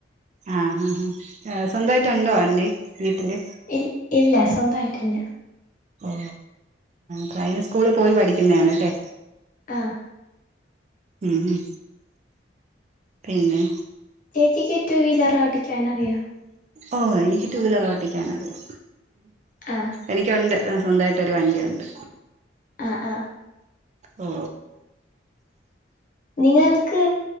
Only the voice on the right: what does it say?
ആഹാഹാ സ്വന്തായിട്ടൊണ്ടോ വണ്ടി വീട്ടില്
ഓ ഡ്രൈവിംഗ് സ്കൂളിൽ പോയി പഠിക്കുന്നയാണല്ലേ
ഉംമ് പിന്നെ
ഓ എനിക്ക് ടു വീലറോട്ടിക്കാനറിയാ
എനിക്കുണ്ട് സ്വന്തായിട്ടൊരു വണ്ടിയൊണ്ട്
ഹോ